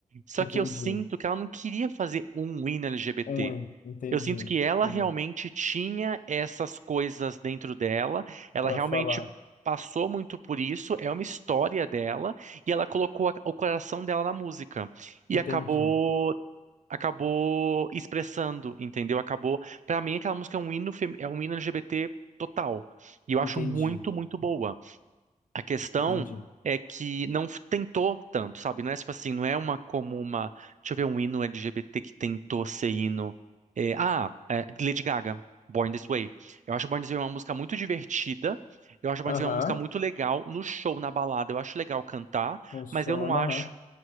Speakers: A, on the right; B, on the left.
A: Só
B: Entendi.
A: que eu sinto que ela não queria fazer um hino LGBT.
B: Um, entendi.
A: Eu sinto que ela
B: Entendi.
A: realmente tinha essas coisas dentro dela, ela
B: Para
A: realmente
B: falar.
A: passou muito por isso, é uma história dela, e ela colocou a- o coração dela na música e
B: Entendi.
A: acabou acabou expressando, entendeu? Acabou, Pra mim aquela música é um hino fem- é um hino LGBT total. E eu
B: Entendi.
A: acho muito, muito boa. A questão
B: Entendi.
A: é que não f- tentou tanto, sabe? Não é tipo assim, não é uma como uma. Deixa eu ver um hino LGBT que tentou ser hino. É, ah, é, Lady Gaga, Born This Way. Eu acho Born This Way uma música muito divertida. Eu acho Born
B: Aham.
A: This Way uma música muito legal no show, na balada. Eu acho legal cantar,
B: Funciona,
A: mas eu não acho.
B: aham.